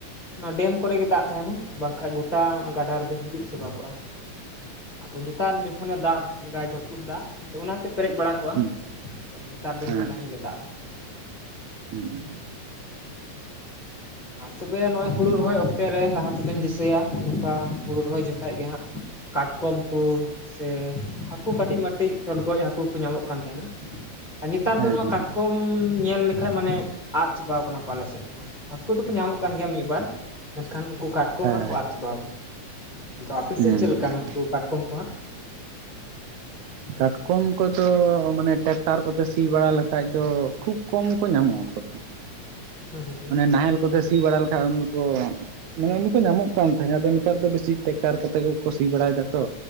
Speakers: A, on the left; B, on the right.
A: ᱚᱱᱟ ᱰᱮᱢ ᱠᱚᱨᱮ ᱜᱮ ᱫᱟᱜ ᱛᱟᱦᱮᱱᱟ ᱵᱟᱝᱠᱷᱟᱭ ᱜᱚᱴᱟ ᱚᱱᱟ ᱜᱟᱰᱟ ᱨᱮᱫᱚ ᱦᱤᱸᱡᱤᱫ ᱪᱟᱵᱟ ᱠᱚᱜᱼᱟ ᱟᱫᱚ ᱱᱮᱛᱟᱨ ᱠᱷᱚᱱᱮ ᱫᱟᱜ ᱟᱭ ᱡᱟᱹᱯᱩᱫ ᱫᱟᱜ ᱟᱫᱚ ᱚᱱᱟᱛᱮ ᱯᱮᱨᱮᱡ ᱵᱟᱲᱟ ᱟᱠᱟᱱᱟ᱾ ᱠᱚᱜᱼᱟ
B: ᱦᱩᱸ ᱦᱩᱸ
A: ᱛᱚ ᱱᱮᱛᱟᱨ ᱫᱤᱱ
B: ᱦᱮᱸ
A: ᱫᱚ ᱛᱟᱦᱮᱱ ᱜᱮᱭᱟ ᱫᱟᱜ ᱫᱚ
B: ᱦᱩᱸ ᱦᱩᱸ᱾
A: ᱟᱨ ᱛᱚᱵᱮ ᱱᱚᱜᱼᱚᱭ ᱦᱩᱲᱩ ᱨᱚᱦᱚᱭ ᱚᱠᱛᱮ ᱨᱮ ᱞᱟᱦᱟ ᱛᱮᱫᱚᱧ ᱫᱤᱥᱟᱹᱭᱟ ᱱᱚᱝᱠᱟ ᱦᱩᱲᱩ ᱨᱚᱦᱚᱭ ᱡᱚᱠᱷᱚᱡ ᱜᱮ ᱦᱟᱸᱜ ᱠᱟᱴᱠᱚᱢ ᱠᱚ ᱥᱮ ᱦᱟᱹᱠᱩ ᱠᱟᱹᱴᱤᱡ ᱢᱟᱹᱴᱤᱡ ᱪᱚᱰᱜᱚᱭ ᱦᱟᱹᱠᱩ ᱠᱚ ᱧᱟᱢᱚᱜ ᱠᱟᱱ ᱛᱟᱸᱦᱮᱱᱟ᱾ ᱟᱨ ᱱᱮᱛᱟᱨ
B: ᱦᱩᱸ ᱦᱮᱸ
A: ᱫᱚ ᱱᱚᱣᱟ
B: ᱦᱩᱸ
A: ᱠᱟᱴᱠᱚᱢ ᱧᱮᱞ ᱞᱮᱠᱷᱟᱡ ᱢᱟᱱᱮ ᱟᱫ ᱪᱟᱵᱟᱣ ᱠᱟᱱᱟ ᱠᱚ ᱟᱞᱮ ᱥᱮᱫ ᱫᱚ᱾ ᱦᱟᱹᱠᱩ ᱫᱚᱠᱚ ᱧᱟᱢᱚᱜ ᱠᱟᱱ ᱜᱮᱭᱟ ᱢᱤᱫᱵᱟᱨ ᱢᱮᱱᱠᱷᱟᱱ ᱩᱱᱠᱩ ᱠᱟᱴᱠᱚᱢ
B: ᱦᱮᱸ
A: ᱦᱟᱜ
B: ᱦᱩᱸ
A: ᱠᱚ ᱟᱫᱽ ᱪᱟᱵᱟᱣ ᱠᱟᱱᱟ᱾ ᱟᱫᱚ ᱟᱯᱮᱥᱮᱫ
B: ᱦᱮᱸ
A: ᱪᱮᱫ ᱞᱮᱠᱟ
B: ᱦᱩᱸ
A: ᱱᱩᱠᱩ ᱠᱟᱴᱠᱚᱢ ᱠᱚ ᱦᱟᱸᱜ?
B: ᱠᱟᱴᱠᱚᱢ ᱠᱚᱫᱚ ᱢᱟᱱᱮ ᱴᱨᱟᱠᱴᱟᱨ ᱠᱚᱛᱮ ᱥᱤ ᱵᱟᱲᱟ ᱞᱮᱠᱷᱟᱡ ᱫᱚ ᱠᱷᱩᱵ ᱠᱚᱢ ᱠᱚ ᱧᱟᱢᱚᱜᱼᱟᱠᱚᱼᱼ
A: ᱦᱩᱸ ᱦᱩᱸ
B: ᱚᱱᱮ ᱱᱟᱦᱮᱞ ᱠᱚᱛᱮ ᱥᱤ ᱵᱟᱲᱟ ᱞᱮᱠᱷᱟᱡ ᱩᱱ ᱠᱩ ᱧᱟᱢ ᱫᱚ ᱠᱚ ᱧᱟᱢᱚᱜ ᱠᱟᱱ ᱛᱟᱦᱮᱸᱫ ᱟᱫᱚ ᱱᱮᱛᱟᱨ ᱫᱚ ᱵᱮᱥᱤ ᱴᱨᱮᱠᱴᱟᱨ ᱠᱚᱛᱮ ᱠᱚ ᱠᱩᱥᱤ ᱵᱟᱲᱟᱭᱮᱫᱟ ᱛᱚ᱾